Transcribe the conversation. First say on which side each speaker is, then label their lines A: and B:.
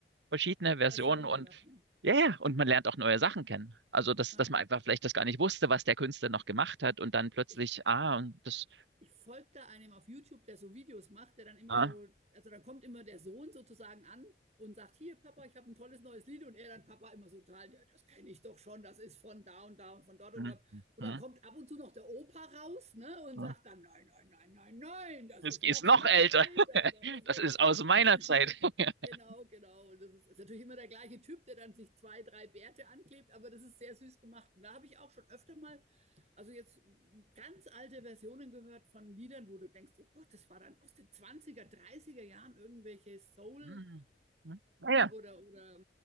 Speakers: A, on the right (about 85°); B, on the right (about 40°).
A: verschiedene Versionen
B: Versionen
A: und
B: davon.
A: ja, ja, und man lernt auch neue Sachen kennen. Also, dass,
B: Aha.
A: dass man einfach vielleicht das gar nicht wusste, was der Künstler noch gemacht hat und dann plötzlich,
B: Ich,
A: ah, und das,
B: ich folge einem auf YouTube, der so Videos macht, der dann immer
A: ah,
B: so, also dann kommt immer der Sohn sozusagen an und sagt, hier Papa, ich habe ein tolles neues Lied und er dann Papa immer so total, ja, das kenne ich doch schon, das ist von da und da und von dort und
A: hm,
B: dort. Und
A: hm,
B: dann kommt ab und zu noch der Opa raus ne, und
A: hm,
B: sagt dann, nein, nein, nein, nein, nein, das
A: das
B: ist
A: ist
B: noch
A: noch
B: viel
A: älter.
B: älter.
A: <laughs>
B: Das ist
A: Das
B: so,
A: ist aus meiner Zeit.
B: <laughs>
A: <laughs>
B: Genau, genau. Und das ist, ist natürlich immer der gleiche Typ, der dann sich zwei, drei Bärte anklebt, aber das ist sehr süß gemacht. Und da habe ich auch schon öfter mal, also jetzt ganz alte Versionen gehört von Liedern, wo du denkst, oh Gott, das war dann aus den Zwanziger, Dreißiger Jahren irgendwelche Soul-Geschichten
A: Hm, hm, naja.
B: oder, oder,